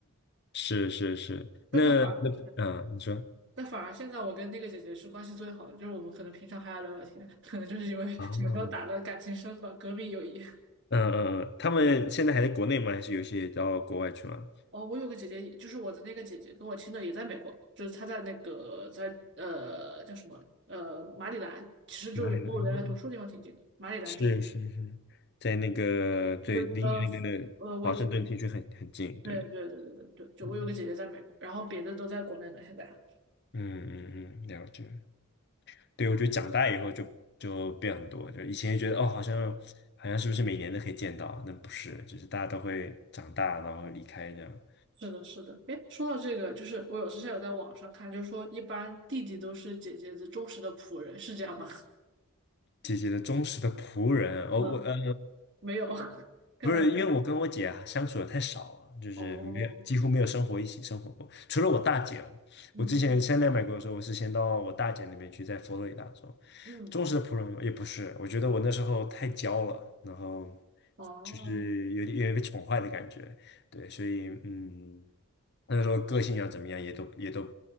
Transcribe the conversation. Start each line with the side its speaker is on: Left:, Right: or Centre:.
Left: 是是是，
Right: 但她反。
Left: 嗯，你说
Right: 但反而现在我跟那个姐姐是关系最好的，就是我们可能平常还要聊聊天，可能就是因为小时候打的感情深吧，
Left: 啊。
Right: 革命友谊。
Left: 嗯嗯嗯，他们现在还在国内吗？还是有些到国外去了？
Right: 哦，我有个姐姐，就是我的那个姐姐，跟我亲的也在美国，就是她在那个在呃叫什么呃马里兰，其实就是跟我原来读书地方挺近的，
Left: 哪里来？哦
Right: 马里兰州
Left: 是是是，在那个对，
Right: 不是呃
Left: 离你那个华盛顿地区很很近，
Right: 呃维吉对对对对对对，
Left: 对，
Right: 就我有个姐姐在美国，
Left: 嗯
Right: 然后别的都在国内呢，现在。
Left: 嗯嗯嗯，了解。对，我觉得长大以后就就变很多，就以前觉得哦，好像好像是不是每年都可以见到？那不是，就是大家都会长大，然后离开这样。
Right: 是的，是的。哎，说到这个，就是我有之前有在网上看，就说一般弟弟都是姐姐的忠实的仆人，是这样吗？
Left: 姐姐的忠实的仆人，
Right: <laughs>
Left: 哦，
Right: 嗯，
Left: 我呃，
Right: 没有，<laughs> 看来没有。
Left: 不是因为我跟我姐啊相处的太少了，就是没有几乎没有生活一起生活过，
Right: 哦，
Left: 除了我大姐哦。
Right: 嗯哼
Left: 我之前先来美国的时候，我是先到我大姐那边去，在佛罗里达州。
Right: 嗯，
Left: 忠实的仆人也不是，我觉得我那时候太娇了，然后
Right: 哦，
Left: 就是有点有点被宠坏的感觉，对，所以嗯，那时候个性要怎么样也都也都